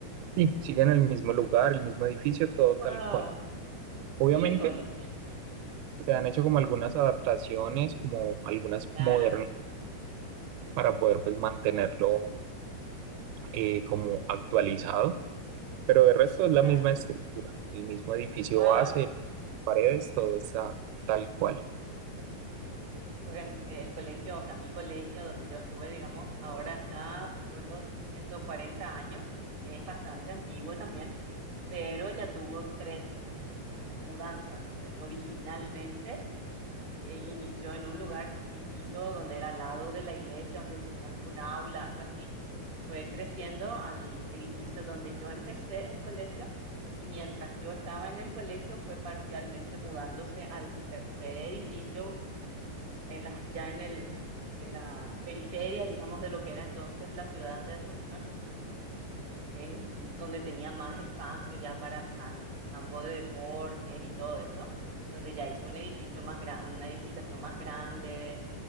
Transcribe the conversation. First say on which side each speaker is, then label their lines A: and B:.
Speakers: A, on the right; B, on the right.
A: Sí, sigue en el mismo lugar, el mismo edificio, todo
B: Wow,
A: tal cual. Obviamente
B: híjole,
A: se han hecho como algunas adaptaciones, como algunas
B: claro.
A: modernas, para poder pues mantenerlo
B: Ajá,
A: eh, como actualizado, pero de resto es la
B: claro.
A: misma estructura, el mismo edificio
B: Wow.
A: base, paredes, todo está tal cual.
B: Porque eh, el colegio, o sea, mi colegio donde yo estuve, digamos, ahora está por los 140 años. Es bastante antiguo también, pero ya tuvo tres mudanzas. Eh, originalmente eh, inició en un lugar chiquitito donde era al lado de la iglesia, donde tenían un aula, algo así. Fue creciendo al edificio donde yo empecé el colegio. Y mientras yo estaba en el colegio, fue parcialmente mudándose al tercer edificio, en la, ya en el, en la periferia, digamos, de lo que era entonces la ciudad de Asunción, eh, mm, donde tenía más espacio ya para can- campo de deportes y todo eso, donde ya hizo un edificio más gran, una edificación más grande,